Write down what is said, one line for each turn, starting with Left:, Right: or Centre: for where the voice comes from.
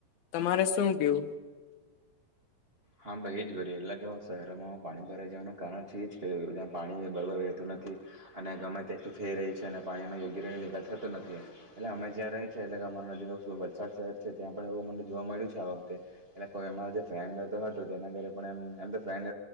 Left: તમારે શું કેવું?
Right: હા, ભાઈ એ જ બએ એટલે કે હ શહેરોમાં હ પાણી ભરાઈ જવાનું કારણ છે એ જ ક ત્યાં પાણી બરાબર વહેતું નથી અને ગમે તે એકલું થઈ રહી છે અને પાણીનો યોગ્ય રીતે નિકાલ થતો નથી. એટલે અમે જ્યાં રહી એટલે કે અમાર નજી વલસાડ શહેર છે ત્યાં પણ એવું મને જોવા મળ્યું છે આ વખતે એટલે અમારો જે ફ્રેન્ડ હતો તો તેના ઘરે પર એમ એમ તો ફ્રેન્ડ